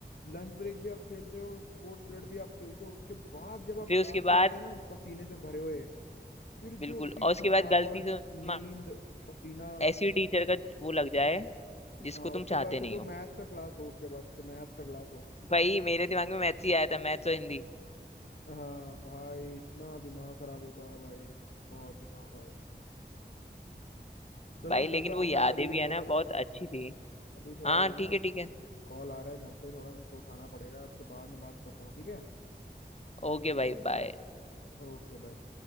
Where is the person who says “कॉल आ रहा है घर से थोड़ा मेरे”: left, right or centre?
Left